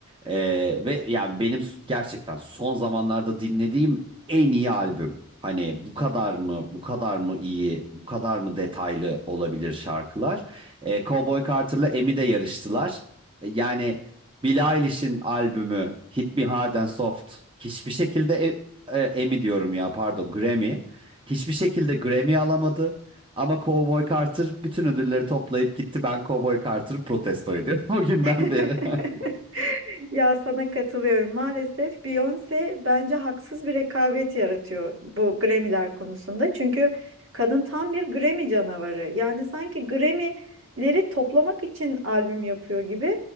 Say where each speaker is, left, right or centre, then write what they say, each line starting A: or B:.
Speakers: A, on the right; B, on the right.
A: Ee, ve yani benim s- gerçekten son zamanlarda dinlediğim en iyi albüm. Hani bu kadar mı, bu kadar mı iyi, bu kadar mı detaylı olabilir şarkılar? Ee, Cowboy Carter'la Emi de yarıştılar. Ee, yani Billie Eilish'in albümü Hit Me Hard and Soft hiçbir şekilde e- e, Emmy diyorum ya pardon Grammy. Hiçbir şekilde Grammy alamadı. Ama Cowboy Carter bütün ödülleri toplayıp gitti. Ben Cowboy Carter protesto ediyorum <laughs> o günden
B: <laughs>
A: beri.
B: Ya sana katılıyorum. Maalesef Beyoncé bence haksız bir rekabet yaratıyor bu Grammy'ler konusunda. Çünkü kadın tam bir Grammy canavarı. Yani sanki Grammy'leri toplamak için albüm yapıyor gibi.